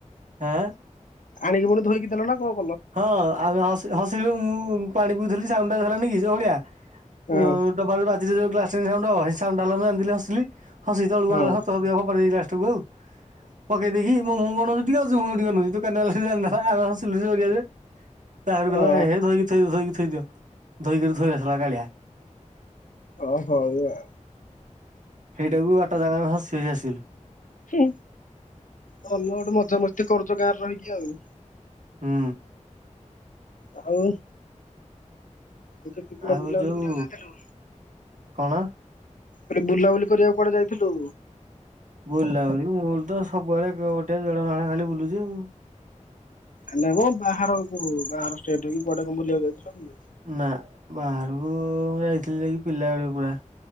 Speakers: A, on the right (about 75°); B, on the left (about 80°).
A: ହାଁ
B: ଆଣିକି ପୁଣି ଧୋଇକି ଲ୍ ନା କ
A: ହଁ ଆମେ ଅସ୍ ହସିକି ମୁଁ ପାଣି ପିଉଥିଲି ସାଉଣ୍ଡ ଟା ହେଲାନି କି ଯୋଉ ଭଳିଆ
B: ହଁ।
A: ଉ ଉ ଉ ଡବାରୁ ବାଜିଛି ଯୋଉ ପ୍ଲାଷ୍ଟିକ ସାଉଣ୍ଡ ହବ, ସାଉଣ୍ଡ ହେଲା ବେଳକୁ ମୁଁ ଜାଣିଦେଲି ହସିଲି। ହସିକି ତଳକୁ
B: ହଁ
A: ଅନେଇଲା ବେଳକୁ ତଳେ ଦେଖିଲା ବେଳକୁ କଣ ପଡ଼ି ଯାଇଛି ପ୍ଲାଷ୍ଟିକ । ତୁଭୁ ପକେଇ ଦେଇକି ମୁଁ ମୁଁ କଣ। <unintelligible> ତା ପରେ କହିଲା
B: ହଁ
A: ଏ ହେ ଧୋଇକି ଥୋଇବି ଧୋଇକି। ଧୋଇ ଦିଅ ଧୋଇକିରି ଥୋଇ ଆସିଲା କାଳିଆ।
B: ଅ ହଉ ଆଉ।
A: ସେଇଟାକୁ ବାଟ ସାରା ଆମେ ହସି ହସି ଆସିଲୁ।
B: ହୁଁ, ଭଲ ଗୋଟେ ମଜାମସ୍ତି କରୁଚ ଗାଁ ରେ ରହିକି ଆଉ।
A: ହୁଁ।
B: ଆଉ ତୁ <inaudible> ବୁଲା
A: ଆଉ
B: ବୁଲାବୁଲି
A: ଯୋଉ
B: କରିବାକୁ ଯାଇଥିଲୁ।
A: କଣ?
B: ଆରେ ବୁଲାବୁଲି କରିବାକୁ କୁଆଡେ ଯାଇଥିଲୁ?
A: ବୁଲାବୁଲି ମୁଁ ତ ସବୁବେଳେ ଗୋଟେ <unintelligible> ଖାଲି ବୁଲୁଚି ଆଉ।
B: ଆ, ନା ମ ବାହାରକୁ ବାହାର ଷ୍ଟେଟ କି କୁଆଡେ କଣ ବୁଲିବାକୁ ଯାଇଥିଲ କି?
A: ନା ବାହାରକୁ ମୁଁ ଯାଇଥିଲି ଯାଇକି ପିଲା ବେଳେ ପୁରା।